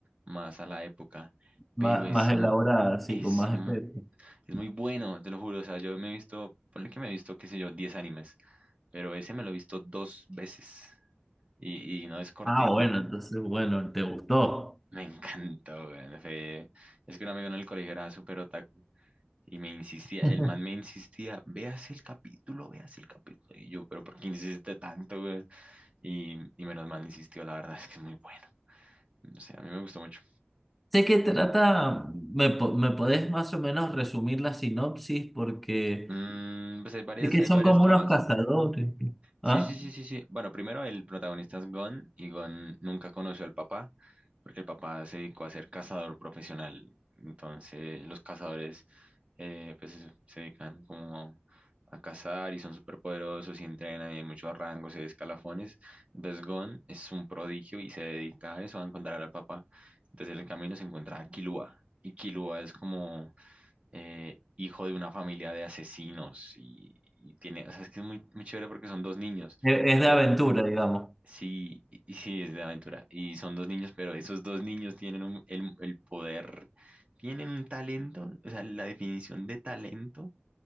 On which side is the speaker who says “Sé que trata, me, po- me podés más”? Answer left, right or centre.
Centre